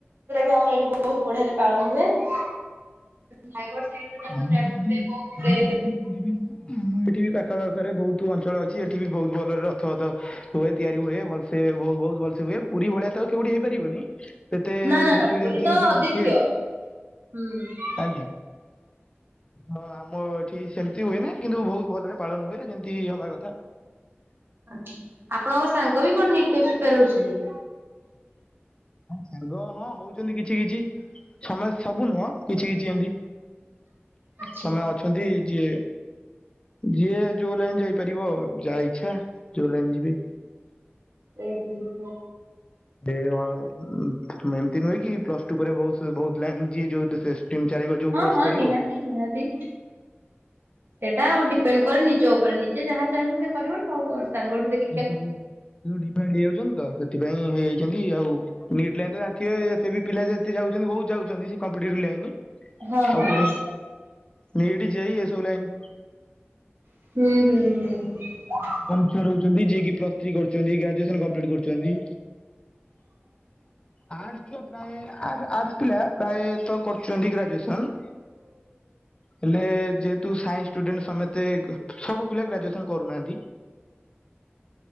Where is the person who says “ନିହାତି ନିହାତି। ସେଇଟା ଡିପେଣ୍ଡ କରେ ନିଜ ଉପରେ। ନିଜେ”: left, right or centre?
Right